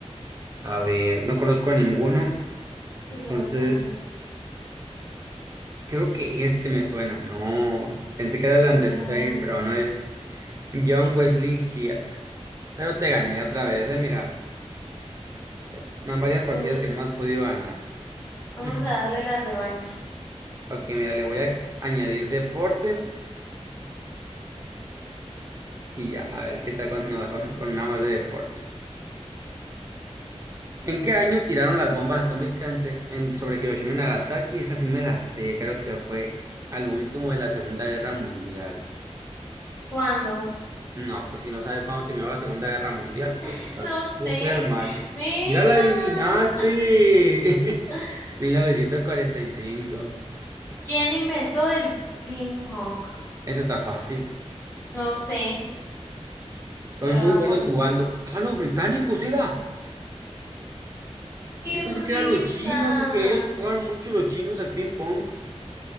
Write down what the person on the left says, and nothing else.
Pues le voy a poner. eso.
Ah,
sí.
Vamos
a darle la revancha.
¿Cuándo?
<laughs>
No
sé.
Mira.
<laughs>
¿Quién inventó el ping pong?
No sé.
Te lo
voy a
poner.
¡Qué
risa!